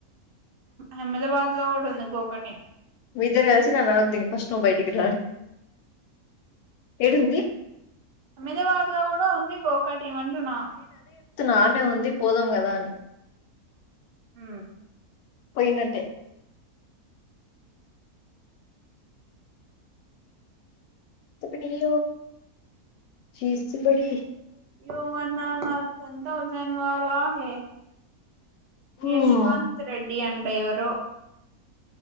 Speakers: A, on the right (about 80°); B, on the left (about 85°).
A: అహ్మదాబాద్ లో కూడా ఉంది గ ఒకటిే
B: మీదరు కలిసి న నాదు ఫస్ట్ బయటికి ఏడుంది
A: మద వాజలా ఉంది గో కటి వంటన్నా
B: నానే ఉంది పోదాం కదా అని
A: హ
B: పోయినట్టే త పనిరి చీజ బడిీ
A: యవనా హథన్ ౌజన్ వాళ హ
B: హ్మ్
A: యశ్వంత్ రెడ్డి అంటే అడరు